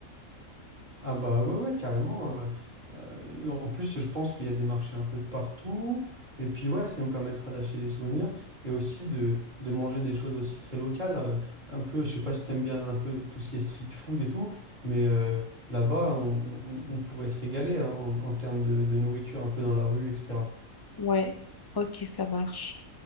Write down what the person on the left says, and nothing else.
Ouais, ok, ça marche.